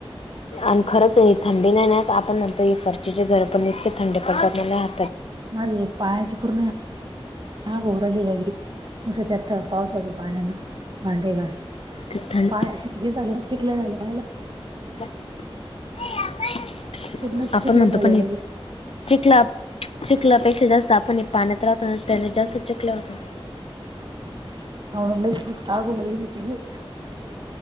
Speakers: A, on the left; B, on the right.
A: आणि खरंच थंडी नाही ना. आपण म्हणतो फरशिचे घर पण इतके थंडी पडतात मला ह.
B: माझे पायाची पूर्ण आग होऊन राहिली बाई. असं त्यात पावसाच्या पाण्यान भांडे घासुन.
A: ते थं
B: पाय असेच हे झाले चिकले झाले पायला.
A: पण
B: पूर्ण
A: आपण
B: चिखले
A: म्हणतो
B: झाले
A: पण,
B: लगे
A: चिखला चिखलापेक्षा जास्त आपण पाण्यात राहतो. आणि त्याने जास्त चिखल्या होतो.
B: हो. लयच आग होऊन राहीली त्याच्याने.